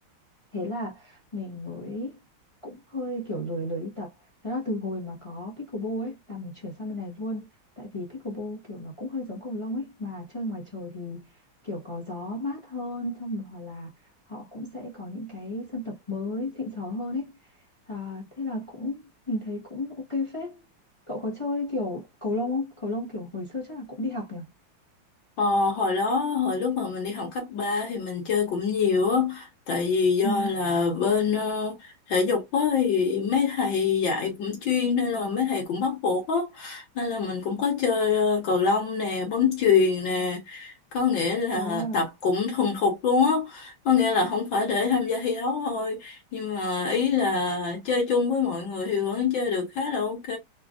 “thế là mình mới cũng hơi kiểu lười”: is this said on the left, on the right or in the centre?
Left